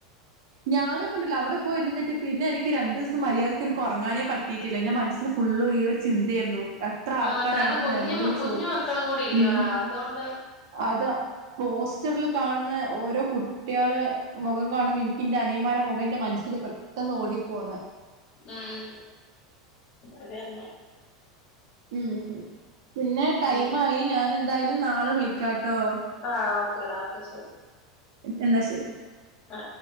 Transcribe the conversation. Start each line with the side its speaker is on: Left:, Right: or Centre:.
Right: ഞാനൊക്കെണ്ടല്ലോ അവിടെ പോയി നിന്നിട്ട് പിന്നെ എനിക്ക് രണ്ട് ദിസം മര്യാദയ്ക്ക് എനിക്ക് ഉറങ്ങാനേ പ കിട്ടിട്ടില്ല ന്റെ മനസ്സിൽ ഫുള്ള് ഈ ഒരു ചിന്തയായിരുന്നു അത്ര ആൾക്കാര
Left: ആ കാരണം
Right: അവിടെന്ന്
Left: കുഞ്ഞു
Right: നെലവിളിചു
Left: കുഞ്ഞു മക്കളും കൂടി ഇല്ലയോടാ
Right: ഉം
Left: അതുകൊണ്ട്
Right: അത പോസ്റ്ററിൽ കാണുന്ന ഓരോ കുട്ടിയള് മുഖം കാണുമ്പ ഇൻ ന്റെ അനിയമാരെ മുഖന്റെ മനസ്സിൽ പെട്ടന്ന് ഓടിപ്പോന്ന്
Left: ഉം അതെന്നെ
Right: ഉം പിന്നെ ടൈംആയി
Left: ഉം
Right: ഞാൻ എന്തായാലും നാളെ വിളിക്കാട്ടോ.
Left: ആഹ് ഓക്കെടാ ഓക്കെ ശരി.
Right: എന്ന ശരി.
Left: ആ